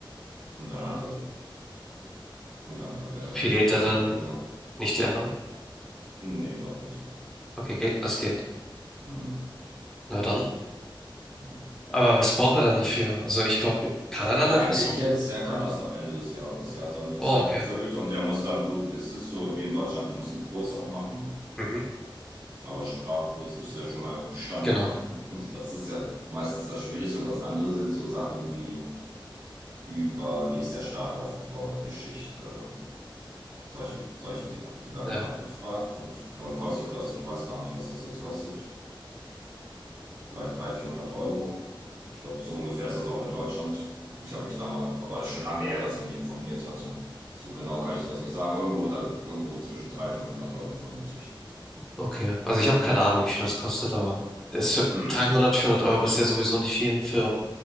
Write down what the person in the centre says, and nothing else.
Verliert
er dann
nicht die andere?
Okay, geht, das geht.
Na dann.
Aber was braucht er dann dafür? Also ich glaube, kann er dann
einfach
so?
Oh,
okay.
Mhm.
Genau.
Ja,
okay. Also ich habe keine Ahnung, wie viel das kostet, aber das
300, 400 Euro ist ja sowieso nicht viel für